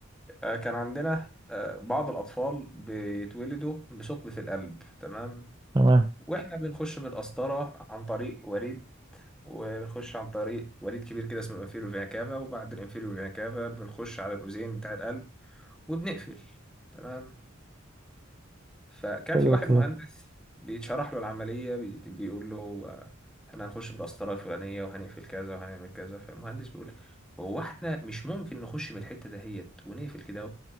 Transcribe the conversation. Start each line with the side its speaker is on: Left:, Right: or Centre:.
Centre: آه كان عندنا آه بعض الاطفال بيتولدوا بثقب في القلب تمام
Right: تمام
Centre: واحنا بنخش بالقسطره عن طريق وريد وبنخش عن طريق وريد كبير كده اسمه الانفيريور فينا كافا وبعد الانفيريور فينا كافا بنخش على الاذين بتاع القلب وبنقفل تمام فكان
Right: حلو
Centre: في واحد
Right: الكلام
Centre: مهندس بيتشرح له العملية بي- بيقول له آه، احنا هنخش بالقسطرة الفلانية وهنقفل كذا وهنعمل كذا فالمهندس بيقول له هو احنا مش ممكن نخش من الحتة دهيت ونقفل كده